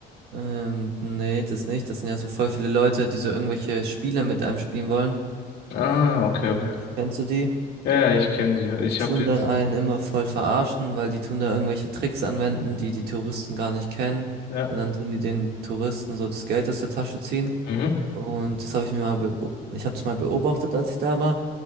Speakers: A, on the right; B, on the left.
A: Ähm, nee, das nicht. Das sind ja so voll viele Leute, die so irgendwelche Spiele mit einem spielen wollen.
B: Ah, okay,
A: Mhm.
B: okay.
A: Kennst du die?
B: Ja, ja, ich kenne die. Ich
A: Die tun
B: habe jetzt,
A: dann einen immer voll verarschen, weil die tun da irgendwelche Tricks anwenden, die die Touristen gar nicht kennen.
B: ja,
A: Und dann tun die den Touristen so das Geld aus der Tasche ziehen.
B: mhm.
A: Und das habe ich mir mal, beo- ich habe es mal beobachtet, als ich da war.